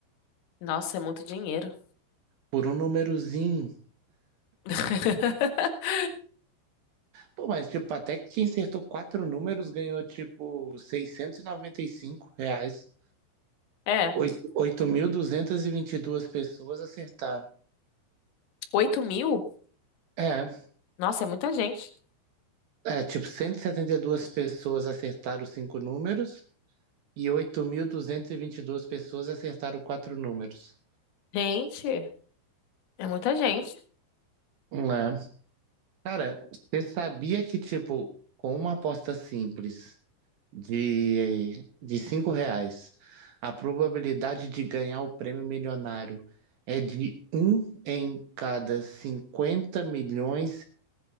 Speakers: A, on the left; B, on the right.
A: Nossa, é muito dinheiro.
B: por um númerozinho.
A: <laughs>
B: Pô, mas tipo, até que quem acertou quatro números ganhou, tipo, seiscentos e e noventa e cinco reais.
A: É,
B: Oito- mil duzentos e e vinte e duas pessoas acertaram.
A: 8 mil?
B: É,
A: Nossa, é muita gente.
B: É, tipo, cento e e setenta e duas pessoas acertaram cinco números e 8.222 pessoas acertaram quatro números.
A: Gente, é muita gente.
B: É. Cara, você sabia que, tipo, com uma aposta simples de, de 5 reais, a probabilidade de ganhar o prêmio milionário é de um em cada 50 milhões